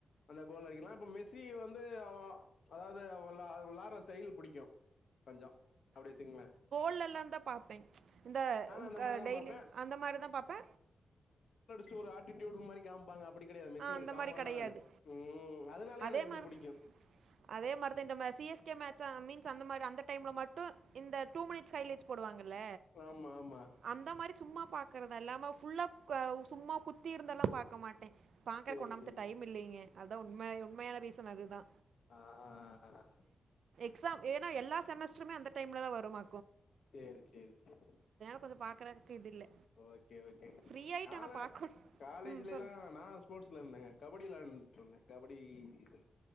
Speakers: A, on the left (about 65°); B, on the right (about 65°).
A: அந்த கோல் அடிக்கலா இப்ப மெஸ்சி வந்து அவ அதாவது வெளா வெளாட்ற ஸ்டைல் புடிக்கு கொஞ்சோ அப்டி வெச்சுக்ங்ளே
B: ல்ல எல்லாந்தா பாப்பே இந்த உக்க
A: அந்த மாரிதா
B: டெய்லியு
A: பாப்பே
B: அந்த மாரிதா பாப்பே
A: ட்டு ஒரு ஆட்டிடியூடு மாரி காம்ப்பாங்க அப்புடி கெடையாது மெஸ்சி
B: அந்த
A: ஒரு காம்
B: மாதிரி
A: ஆன
B: கிடையாது
A: ஆளு ம் அதுனாலயே
B: அதே
A: எனக்கு
B: மாதிரி
A: புடிக்கு
B: அதே மார்தா இந்த மெஸ்சிய க்க மேச்சா மீன்ஸ் அந்த மார் அந்த டைம்ல மட்டு இந்த டூ மினிட்ஸ் ஹைலைட்ஸ் போடுவாங்க ல
A: ஆமா ஆமா
B: அந்த மாரி சும்மா பாக்கறதா இல்லாம ஃபுல்லா குவவ் சும்மா குத்தி இருந்தெல்லாம் பாக்க மாட்டே பாக்கறதுக்கு
A: சேரி
B: ஒண்ணாம்த
A: சேரி
B: டைம் இல்லீங்க அதா உண்மே உண்மையான ரீசன் அதுதா
A: ஆ ஆ‌ ஆ அ அ
B: க்ஸாம் ஏனா எல்லா செமஸ்ட்ருமே அந்த டைம்ல தா வருமா
A: சேரி சேரி சேரி
B: கொஞ்சோ பாக்குறதுக்கு இது இல்ல
A: ஓகே ஓகேங்க
B: ஃப்ரீ ஆயிட்டு
A: நாலா
B: ஆனா பாக்கணு
A: காலேஜ்ல
B: ம் சொல்லு
A: எல்லா நா ஸ்போட்ஸ் லந்தங்க கபடி விளாண்ட்ருந்தே கபடி இது